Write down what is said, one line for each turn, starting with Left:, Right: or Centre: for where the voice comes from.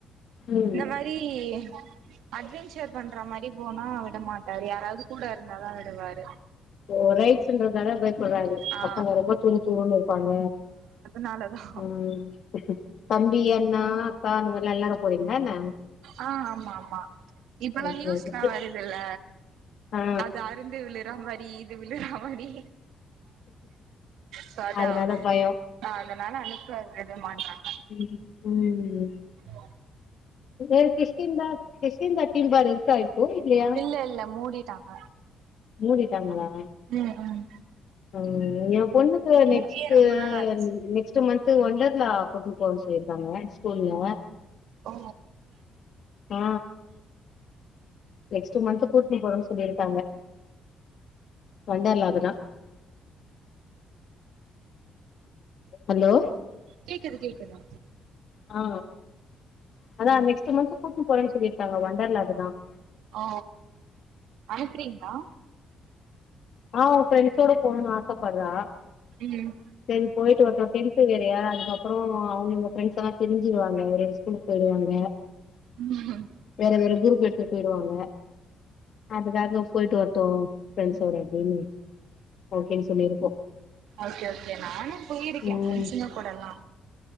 Left: ம்
Right: இந்த மாரி சி அட்வென்சர் பண்ற மாரி போனா விட மாட் டாரு வேற யாராவது கூட இருந்தாதான் விடுவாரு
Left: இப்போ ரைட்ஸ்னுறது டவுட் வராது
Right: ஆ
Left: மத்தவங்க ரொம்ப துரு துருன்னு இருப்பாங்க
Right: னாலதான்
Left: ம் தம்பி அண்ணா சாத்தறம் எல்லாம் விளையாட போறீங்களா என்ன
Right: ஆ ஆமா ஆமா இப்பல்லாம்
Left: ஓகே
Right: நியூஸ் எல்லாம்
Left: ஓகே
Right: வருதுல்ல
Left: ஆ
Right: அது அருந்து விழுற மாரி இது விளற மாரி சோ அதா
Left: அதனால பயோம்
Right: ஆ அதனால அனுப்புவது மாட்டேன்றாங்க
Left: ம் ம்
Right: ஆஹ
Left: வேற கிஷ்கிந்தா கிஷ்கிந்தா திம்பர் இருப்பாரு போயிலயா
Right: இல்ல இல்ல மூடிட்டாங்க
Left: மூடிட்டாங்களா
Right: ம் ம்
Left: ம் என் பொண்ணுக்கு
Right: மூடியே
Left: நெக்ஸ்ட்டு
Right: ரொம்ப நாள் ஆச்சு
Left: நெக்ஸ்ட் மந்த் த்து ஒண்டர்லா கூட்டுன்னு போரன் சொல்லிறுங்காக ஸ்கூல்ல
Right: ஆ
Left: ஆ நெக்ஸ்ட் மன்த் கூட்டுனு போறன்னு சொல்லிருக்காங்க வண்டர்லாகுதுதான் ஹலோ
Right: கேக்குது கேக்குதா
Left: ஆ அதான் நெக்ஸ்ட் மன்த் கூட்டுனு போறன்னு சொல்லிருக்காங்க வண்டர்லாகுதுதான்
Right: ஓ அனுப்புறீங்களா
Left: ஆ அவ ஃப்ரெண்ட்ஸோட போனுனு ஆசப்பட்றா
Right: ம்
Left: சேரி போயிட்டு வரடோம் டென்த்து வேறயா அதுக்கப்புறோம் அவுங்க ஃப்ரெஸ் எல்லாம் பிரிஞ்சிடுவாங்க வேற ஸ்கூலுக்கு போயிடுவாங்க
Right: ம்
Left: வேற வேற குரூப் எடுதுட்டு போயிடுவாங்க அதுக்காக போயிட்டு வர்டோ செரி அப்டின்னு ஓகேன் சொல்லி இருக்கோ
Right: ஓகே ஓகே நானு போயிருக்கே
Left: ம்
Right: ஃப்ரெண்ட்ஸ்ஸுங்க கூட எல்லா